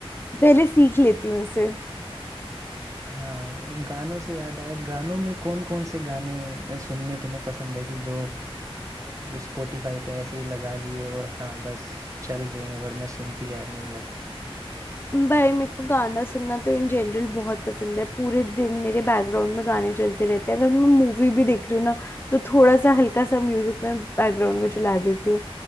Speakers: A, on the left; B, on the right.
A: पहले सीख लेती हूँ इसे
B: हाँ गानों से याद आया गानों में कौन कौन से गाने सुनने तुम्हें पसंद है कि जो स्पॉटिफाई पे ऐसे ही लगा लिए और हाँ बस चल रहे हैं और मैं सुनती जा रही हूँ बस
A: भाई मेरे को गाना सुनना तो इन जनरल बहुत पसंद है पूरे दिन मेरे बैकग्राउंड में गाने चलते रहते हैं अगर मैं मूवी भी देख रही हूँ ना तो थोड़ा सा हल्का सा म्यूजिक मैं बैकग्राउंड में चला देती हूँ